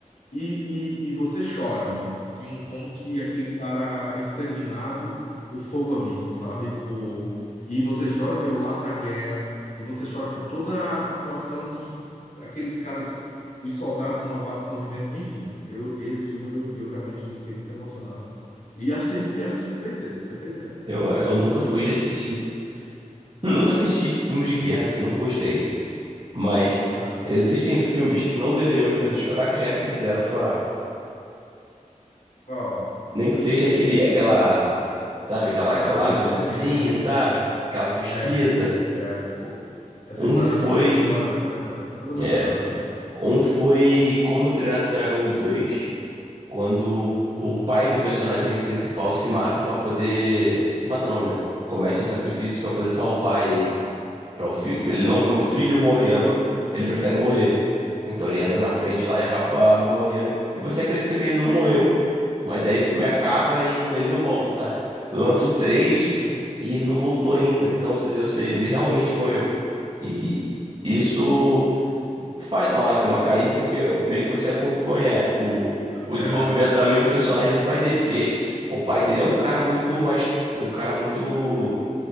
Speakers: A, on the left (about 90°); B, on the right (about 40°).
A: e, e, e você chora, mano, como, como que aquele cara é exterminado por fogo amigo, sabe? Por... E você chora pelo lado da guerra, e você chora por toda a situação que aqueles caras, os soldados novatos estão vivendo. Enfim, eu, esse filme eu, eu realmente fiquei muito emocionado. E assisti, e assisti três vezes, pra você ter ideia.
B: Eu, eu nunca
A: E
B: fui
A: você?
B: de assistir. <laughs> Nunca assisti filmes de guerra, assim, nunca gostei. Mas
A: Ah,
B: existem filmes que não deveriam me fazer chorar, que já me fizeram chorar.
A: qual?
B: Nem que seja aquele, aquela, sabe, aquela
A: Aquela
B: lagrimazinha,
A: gotinha, né, que
B: sabe?
A: escorre.
B: Aquela tristeza.
A: É, é.
B: Fo-
A: Essa
B: Um
A: história
B: foi,
A: que o homem não chora, né, mano? Todo mundo
B: é,
A: chora, cara.
B: um foi Como Treinar Seu Dragão dois. quando
A: Uhum.
B: o pai do personagem principal se mata pra poder. Se mata não, né? Comete um sacrifício pra poder salvar ele. Para o filho, ele não
A: Nossa.
B: vê o filho morrendo, ele prefere morrer. Então ele entra na frente lá e acaba morrendo. E você acredita que ele não morreu. Mas aí o filme acaba e ele não volta, sabe? Lança o 3
A: Uhum.
B: e ele não voltou ainda. Então, ou se- ou seja, ele realmente morreu. E isso faz uma lágrima cair, porque meio que você acompanha o, o
A: É,
B: desenvolvimento também do personagem do pai dele, porque o pai dele é um cara muito, as- um cara muito,